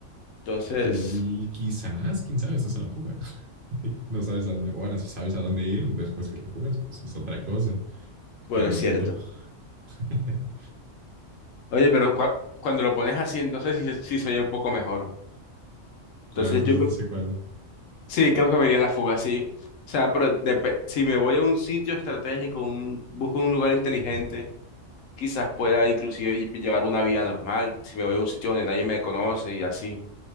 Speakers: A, on the left (about 85°); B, on the right (about 50°).
A: Entonces,
B: Qui- quizás, quién sabe, estás a la fuga. <laughs> No sabes a dónde, bueno, si sabes a dónde ir después que te fugas, pues es otra cosa,
A: bueno,
B: pero
A: es cierto.
B: dudo. <laughs>
A: Oye, pero cua- cuando lo pones así, entonces sí, se- sí se oye un poco mejor. Entonces
B: Claro, entonces
A: yo cre-
B: no sé cuál.
A: sí, creo que me iría a la fuga, sí. O sea, pero depe- si me voy a un sitio estratégico, un, busco un lugar inteligente. quizás pueda inclusive llevar una vida normal, si me voy a un sitio donde nadie me conoce y así.